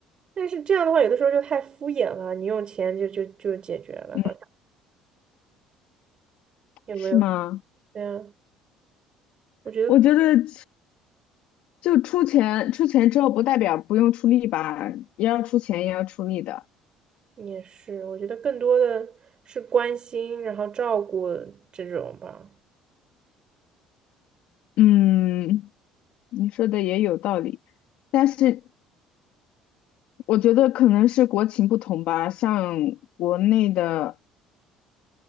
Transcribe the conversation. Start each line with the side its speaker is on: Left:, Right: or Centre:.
Right: 但是这样的话，有的时候就太敷衍了，你用钱就就就解决了，
Left: 嗯，
Right: 好像有没有？
Left: 是吗？
Right: 对啊，我觉得
Left: 我觉得就出钱，出钱之后不代表不用出力吧，也要出钱，也要出力的。
Right: 也是，我觉得更多的是关心，然后照顾这种吧，
Left: 嗯，你说的也有道理，但是我觉得可能是国情不同吧，像国内的